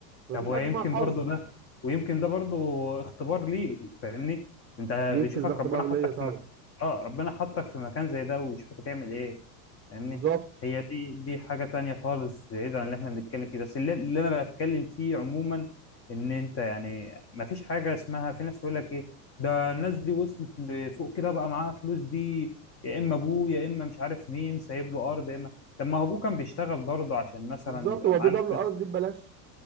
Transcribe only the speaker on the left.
طب
ويمكن
برضو ده ويمكن ده برضو اختبار ليك فاهمني انت
بيشوفك
ربنا حطك
في مكان اه ربنا حطك في مكان زي ده ويشوفك هتعمل ايه فاهمني
هي دي دي حاجة تانية خالص بعيد عن اللي احنا بنتكلم فيه بس اللي, اللي انا بتكلم فيه عموما ان انت يعني ما فيش حاجة اسمها في ناس تقول لك ايه ده الناس دي وصلت لفوق كده بقى معاها فلوس دي يا اما ابوه يا اما مش عارف مين سايب له ارض يا اما طب ما هو ابوه كان بيشتغل برضه عشان مثلا
يبقى
معاه
الفلوس